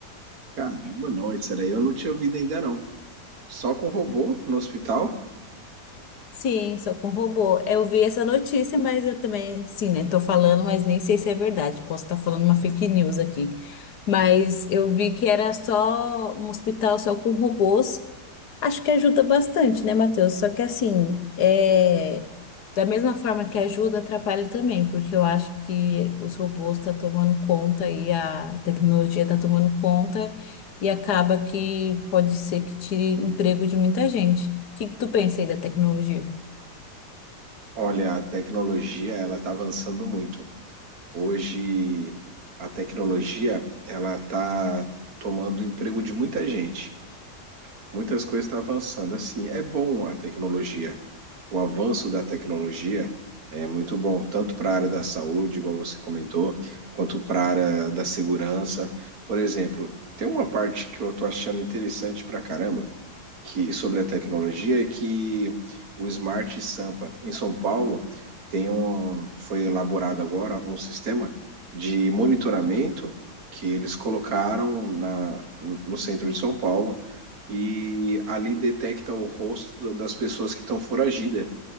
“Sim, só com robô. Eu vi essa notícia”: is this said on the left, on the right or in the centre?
Left